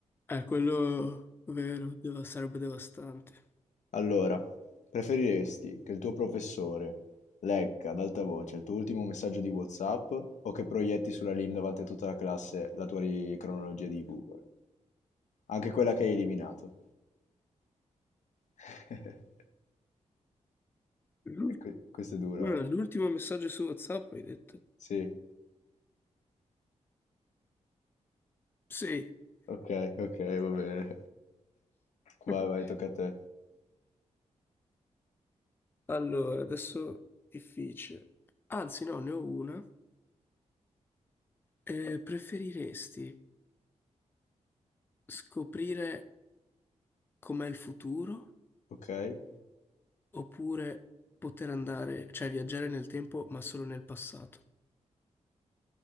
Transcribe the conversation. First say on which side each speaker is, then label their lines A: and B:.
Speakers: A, on the left; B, on the left.
A: Eh, quello vero, deva- sarebbe devastante.
B: Allora, preferiresti che il tuo professore legga ad alta voce il tuo ultimo messaggio di WhatsApp o che proietti sulla LIM davanti a tutta la classe la tua ri- cronologia di Google, anche quella che hai eliminato? <laughs>
A: L'ul-
B: E que questo è duro,
A: guarda,
B: eh.
A: L'ultimo messaggio su WhatsApp hai detto?
B: Sì,
A: Sì.
B: okay, okay, va bene. Vai,
A: <laughs>
B: vai, tocca a te.
A: Allora, adesso difficile. Anzi, no, ne ho una. Eh, preferiresti scoprire com'è il futuro
B: Okay.
A: oppure poter andare, cioè viaggiare nel tempo, ma solo nel passato?